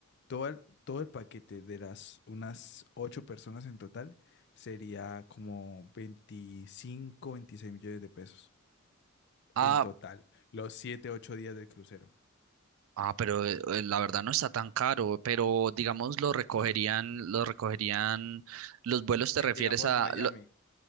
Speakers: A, on the left; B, on the right.
A: todo el, todo el paquete de las unas ocho personas en total sería como 25, 26 millones de pesos.
B: Ah,
A: En total, los siete, ocho días del crucero.
B: ah, pero eh, eh, la verdad no está tan caro, pero digamos lo recogerían, lo recogerían, los vuelos te
A: En,
B: refieres
A: digamos,
B: a
A: Miami.
B: lo-